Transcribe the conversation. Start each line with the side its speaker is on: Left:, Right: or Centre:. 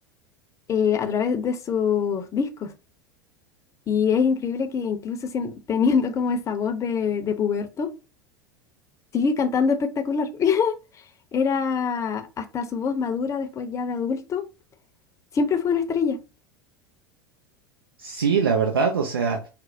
Left: eh, a través de sus discos. Y es increíble que incluso sien- teniendo como esa voz de, de puberto, sigue cantando espectacular. <laughs> Era hasta su voz madura después ya de adulto, siempre fue una estrella.
Right: Sí, la verdad, o sea.